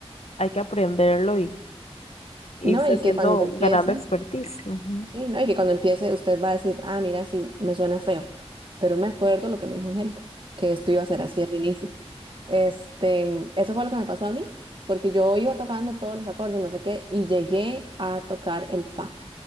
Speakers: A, on the left (about 80°); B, on the right (about 50°).
A: hay que aprenderlo y irse
B: No, y
A: haciendo,
B: que cuando empiece,
A: ganando expertise. Ujú.
B: Sí, ¿no? Y que cuando empiece usted va a decir, ah, mira, sí, me suena feo, pero me acuerdo lo que me dijo Angélica, que esto iba a ser así al inicio. Este, mm, eso fue lo que me pasó a mí, porque yo iba tocando todos los acordes, no sé qué, y llegué a tocar el fa,